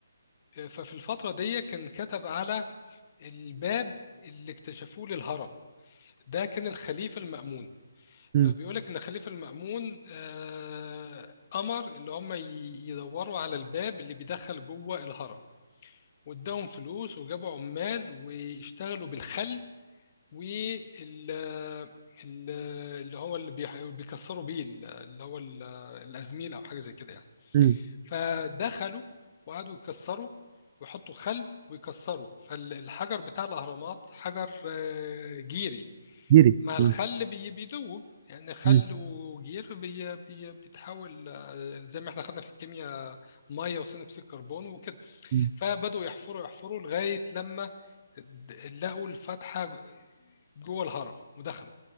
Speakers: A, on the left; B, on the right.
A: ففي الفتره دي كان كتب على الباب اللي اكتشفوه للهرم ده كان الخليفه المأمون
B: امم
A: فبيقول لك ان الخليفه المأمون آه، امر اللي هم ي- يدوروا على الباب اللي بيدخل جوه الهرم واداهم فلوس وجابوا عمال واشتغلوا بالخل وال ال- اللي هو اللي بيح- بيكسروا بيه ال- اللي هو ال- الازميل او حاجه زي كده يعني
B: امم
A: فدخلوا وقعدوا يكسروا ويحطوا خل ويكسروا فالحجر بتاع الاهرامات حجر آه، جيري
B: جيري
A: مع الخل
B: مم.
A: بي- بيدوب يعني خل
B: مم.
A: وجير بي بي بيتحول آه، زي ما احنا خدنا في الكيمياء ميه وثاني اكسيد كربون وكده
B: مم.
A: فبدأوا يحفروا يحفروا لغاية لما د- لقوا الفتحة ج- جوه الهرم ودخلوا